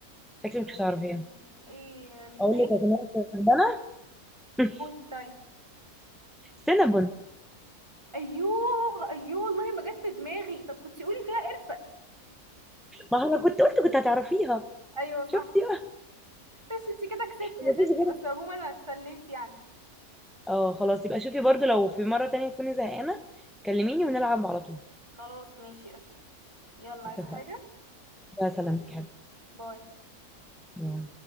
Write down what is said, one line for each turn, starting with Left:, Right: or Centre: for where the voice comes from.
Centre: شكلي مش
Right: آه
Centre: هتعرفيها
Right: ايه ملفيه
Centre: اقول لك يا جماعة كسبانة <laughs>
Right: قولي طيب
Centre: سينابون
Right: ايوه ايوه والله ما جت في دماغي طب كنتي قولي فيها قرفة
Centre: ما انا كنت قلت كنت هتعرفيها
Right: ايوه صح
Centre: شفتي بقى
Right: مش انتي كده كسبتي
Centre: مفيش
Right: يا ستي
Centre: غيرها
Right: بس عموما انا اتسليت يعني
Centre: اه خلاص يبقى شوفي برضو لو في مرة تانية تكوني زهقانة كلميني ونلعب على طول
Right: خلاص ماشي قشطة يلا
Centre: اتفقنا
Right: عايزة حاجة
Centre: بقى سلامتك يا حبيبي
Right: باي
Centre: باي.